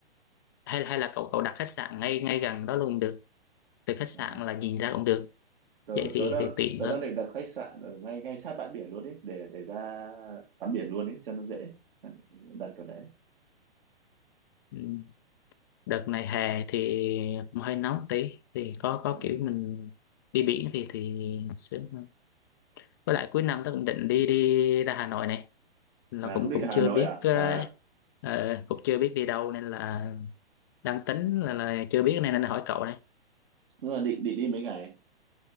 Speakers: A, on the left (about 20°); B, on the right (about 55°).
A: hay hay là cậu cậu đặt khách sạn ngay ngay gần đó luôn cũng được từ khách sạn
B: Ờ,
A: là nhìn ra cũng được
B: tớ
A: vậy thì
B: tớ đang
A: thì tiện
B: tớ
A: hơn
B: đang định đặt khách sạn ở ngay ngay sát bãi biển luôn ấy để để ra tắm biển luôn ấy cho nó dễ đặt kiểu đấy
A: Ừ. đợt này hè thì cũng hơi nóng tí thì có có
B: Ờ.
A: kiểu mình đi biển thì thì sướng hơn với lại cuối năm tớ cũng định đi đi ra Hà Nội này là
B: à
A: cũng
B: cũng định
A: cũng
B: Hà
A: chưa
B: Nội
A: biết
B: à
A: ờ,
B: à
A: ờ, cũng chưa biết đi đâu nên là đang tính là, là chưa biết nên nên hỏi cậu đây
B: nhưng mà định định đi mấy ngày